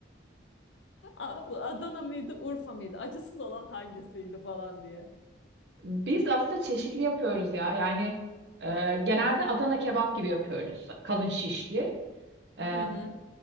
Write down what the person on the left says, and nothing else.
A- Adana mıydı, Urfa mıydı? Acısız olan hangisiydi falan diye.
Hı hı.